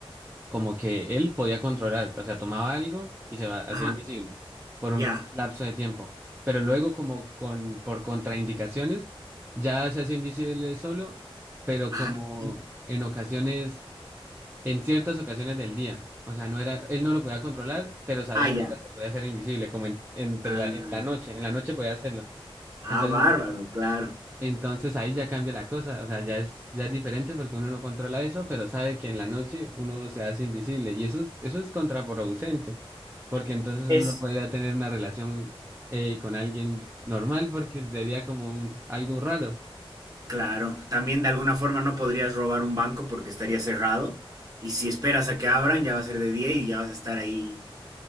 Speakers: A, on the right; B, on the right.
A: como que él podía controlar, o sea, tomaba algo y se va- hacía
B: Ajá,
A: invisible por
B: ya.
A: un lapso de tiempo, pero luego como con por contraindicaciones ya se hace invisible solo, pero
B: Ah,
A: como
B: y-
A: en ocasiones, en ciertas ocasiones del día, o sea, no era, él no lo podía controlar, pero sabía
B: ah, ya.
A: que ahora se podía hacer invisible, como en- entre
B: Ah,
A: la, en la noche, en la noche podía hacerlo.
B: ah,
A: Entonces
B: bárbaro, claro.
A: entonces ahí ya cambia la cosa, o sea, ya es, ya es diferente porque uno no controla eso, pero sabe que en la noche uno se hace invisible y eso es, eso es contraproducente, porque entonces uno
B: Es,
A: no podría tener una relación eh, con alguien normal porque sería como un- algo raro. <laughs>
B: claro. También de alguna forma no podrías robar un banco porque estaría cerrado. Y si esperas a que abran, ya va a ser de día y ya vas a estar ahí